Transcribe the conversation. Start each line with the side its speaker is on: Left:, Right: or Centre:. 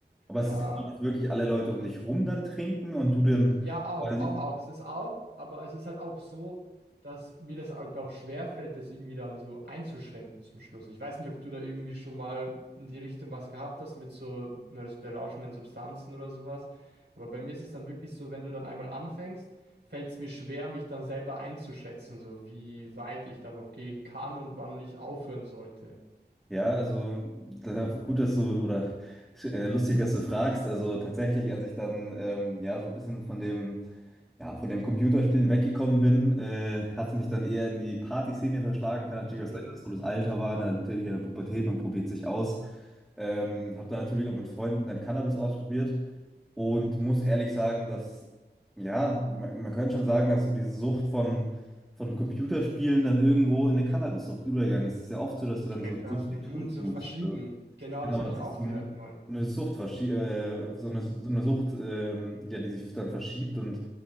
Centre: Aber es
Right: Da
Centre: ist dann so, dass wirklich alle Leute um dich rum dann trinken und du dann
Right: ja, auch,
Centre: quasi,
Right: auch, auch. Es ist auch, aber es ist halt auch so, dass mir das halt auch schwerfällt, das irgendwie dann so einzuschränken zum Schluss. Ich weiß nicht, ob du da irgendwie schon mal in die Richtung was gehabt hast mit so berauschenden Substanzen oder sowas. Aber bei mir ist es dann wirklich so, wenn du dann einmal anfängst, fällt es mir schwer, mich dann selber einzuschätzen, so wie weit ich da noch gehen kann und wann ich aufhören sollte.
Centre: ja, also da, gut, dass du, oder äh, lustig, dass du fragst. Also tatsächlich, als ich dann ähm, ja so ein bisschen von dem, ja, von dem Computerspielen weggekommen bin, äh, hat es mich dann eher in die Partyszene verschlagen. Kann natürlich
Right: Mhm.
Centre: auch sein, dass so das Alter war, ne, natürlich in der Pubertät, man probiert sich aus. Ähm, habe dann natürlich auch mit Freunden dann Cannabis ausprobiert und muss ehrlich sagen, dass, ja, man, man könnte schon sagen, dass so diese Sucht von von Computerspielen dann irgendwo in eine Cannabissucht übergegangen ist. Es ist ja oft so, dass du dann
Right: Okay,
Centre: so
Right: krass.
Centre: ein Substitut
Right: Mhm, so
Centre: suchst.
Right: verschieben.
Centre: Also,
Right: Genau,
Centre: Genau,
Right: das habe
Centre: dass
Right: ich
Centre: sich
Right: auch
Centre: so
Right: gehört
Centre: eine,
Right: mal.
Centre: so eine Sucht verschiebt, äh, so eine, so eine Sucht, ähm, ja, die sich dann verschiebt. Und